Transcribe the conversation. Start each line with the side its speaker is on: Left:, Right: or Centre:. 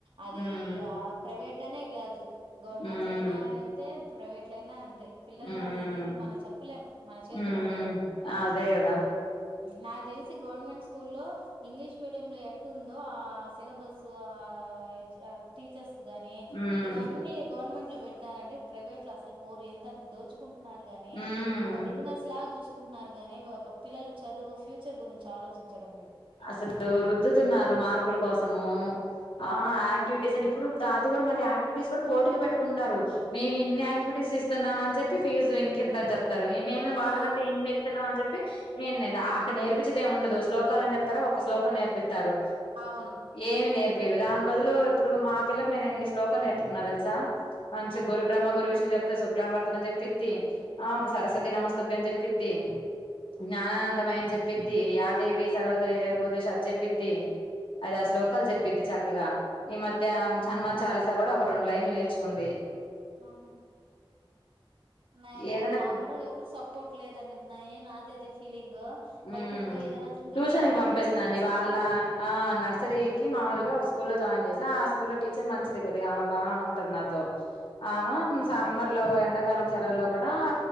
Right: అదే
Left: ఉమ్
Right: ఆ ప్రైవేట్ తనే గాదు గవర్నమెంట్లయినా
Left: ఉమ్
Right: అంతే ప్రైవేట్ల అయినా అంతే పిల్లలు
Left: ఉమ్
Right: అది అనేది మన చెప్పలేం మన చేతిలో
Left: ఉమ్
Right: ఉండదు అది
Left: అదే కదా
Right: నా తెలిసు లిసి గవర్నమెంట్ స్కూల్లో ఇంగ్లీష్ మీడియం లో ఎట్ఉందో ఆ సిలబస్ ఆ టీచర్స్ గాని
Left: ఉమ్
Right: ఇవ్వన్ని గవర్నమెంట్ లో పెట్నరంటే ప్రైవేట్ లో అసలు పోరు ఎంతతా దోచు కుంటున్నారు గాని
Left: ఉమ్
Right: ఒక బిజినెస్ లా చూస్ కుంటున్నారు గానీ ఒక పిల్లలు చదువు ఫ్యూచర్ గురించి ఆలోచించడం లేదు
Left: అసలు రుద్దుతున్నారు మార్కుల కోసము ఆ
Right: ఉమ్,
Left: యాక్టివిటీస్
Right: అవునవును
Left: అని ఇప్పుడు దా ఇది కూడా మళ్ళ క్టివిటీస్ కూడా పోటీలు పెట్టుకుంటున్నారు మేము ఇన్ని యాక్టివిటీస్
Right: ఉహు
Left: ఇస్తున్నాం అని చెప్పి ఫీజు ఇంకింత అని చెప్తారు మేము వాళ్ళకంటే
Right: ఆ
Left: ఎన్ని ఇన్నీస్తునం అని చెప్పి ఏ అక్కడ నేర్పిచేది ఎం ఉండదు శ్లోకాలు అని చెప్పి తార ఒక శ్లోకం నేర్పితారు
Right: అవును
Left: ఏమి నేర్పి పేరు దాని బదులు ఇప్పుడు మా పిల్లలకు నేను ఎన్ని శ్లోకాలు నేర్పుకున్నా తెలుసా మంచి
Right: ఆహా
Left: గ్ గురుబ్రహ్మ గురువిష్ణు చెప్త లా పడతనని చెప్పిద్ది ఆ
Right: ఉమ్,
Left: సరస్వతి నమస్తభ్య చెప్పి ద్దీ
Right: ఓకే
Left: జ్ఞాననందమయం చెప్ పిద్ది యాదేవి సర్వ ఏబు ద్ అజ్ చెప్పద్ది ఐద
Right: ఉమ్,
Left: ఆరు శ్లోకాలు చెప్పది చక్క క్కగా ఈ మధ్య
Right: ఉమ్,
Left: హన్ మాన్ చాలీ చకగా ఒక రెండు లైన్లు నేర్చుకుంది
Right: ఆహా నాకు
Left: ఏదైనా
Right: నాకు కూడా ఎవరు సపోర్ట్ లేదండి నేన్ అదే అదే ఫీలింగ్
Left: హ్మ్
Right: బయటికి పోయి ఏదైనా ఇంతకు
Left: ట్యూషన్
Right: ముందు అకౌంటెంట్
Left: కి పంపిస్తున్నండి
Right: గా చేసిన
Left: వాళ్ళ ఆ నర్సరీకి మామూలుగా ఒక స్కూల్ లో జాయిన్ చేసి ఆ స్ క్ ల్లో టీచర్ మంచిది కొద్దిగా ఆ బాగుంటంది నాత్ తో ఆమె
Right: ఓకే
Left: సమ్మర్ ఎలాగు ఎండాకాలం సెలవుల్లో కూడా